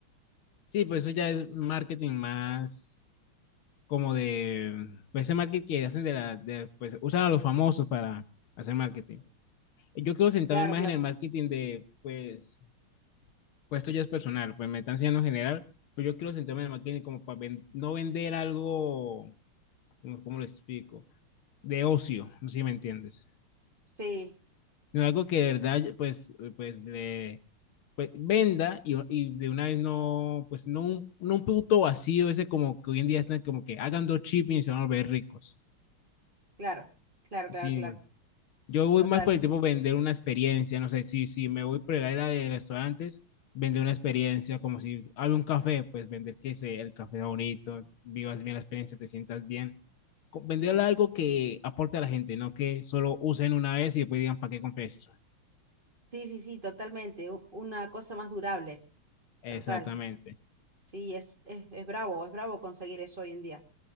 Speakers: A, on the left (about 75°); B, on the right (about 25°).
A: sí, pues eso ya es marketing más como de, pues ese marketing que hacen de la, de, pues usan a los famosos para hacer marketing. Yo quiero sentarme
B: Claro,
A: más
B: claro.
A: en el marketing de, pues, pues esto ya es personal, pues me están enseñando en general, pero yo quiero sentarme en el marketing como para ven- no vender algo, ¿cómo cómo lo explico? de ocio, no sé si me entiendes.
B: Sí,
A: No es algo que de verdad, pues, pues le pues, venda y, y de una vez no, pues, no un, no un producto vacío, ese como que hoy en día están como que hagan dos chips y se van a volver ricos.
B: claro, claro, claro,
A: Sí,
B: claro.
A: yo voy
B: Total.
A: más por el tipo de vender una experiencia, no sé, si, si me voy por la era de restaurantes, vender una experiencia, como si abre un café, pues vender que se, el café es bonito, vivas bien la experiencia, te sientas bien. Co- Venderle algo que aporte a la gente, no que solo usen una vez y después digan, ¿para qué compré esto?
B: Sí, sí, sí, totalmente. u- Una cosa más durable.
A: Exactamente.
B: Total. Sí, es, es, es bravo, es bravo conseguir eso hoy en día.